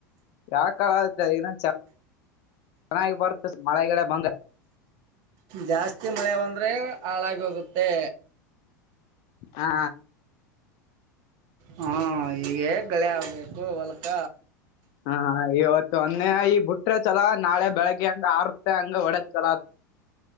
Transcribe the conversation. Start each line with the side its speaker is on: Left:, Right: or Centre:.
Left: ಯಾಕಾಲಾದಿನ ಚೆನ್ನಾಗಿ ಬಾರತ ಮಳೆಗಡೆ ಬಂದ
Right: ಜಾಸ್ತಿ ಮಳೆ ಬಂದ್ರೆ ಹಾಳಾಗಿ ಹೋಗುತ್ತೆ
Left: ಹಾ
Right: ಹಾ ಈಗೇ ಗಳಿ ಆಗ್ಬೇಕು ಹೊಲ್ಕ
Left: ಹ ಹಾ ಇವತ್ತು ಒಂದೆ ಈ ಬಿಟ್ರೆ ಚಲ ನಾಳೆ ಬೆಳಿಗ್ಗೆ ಅಂದ ಆರ್ ಅಂಗ ವಡ ಚಲ